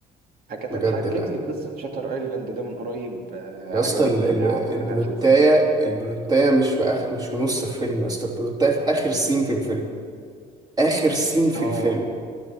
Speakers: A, on the right; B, on the right.
A: حكت
B: بجد
A: اتحكت
B: لا
A: لي قصة شاتر ايلاند ده من قريب آه،
B: يا
A: عجبتني
B: اسطى ال- ال-
A: يعني اعتقد
B: البلوتايه
A: هشوفه
B: البلوتايه مش في اخر مش في نص الفيلم يا اسطى البلوتايه في اخر سين في الفيلم اخر سين في
A: اه
B: الفيلم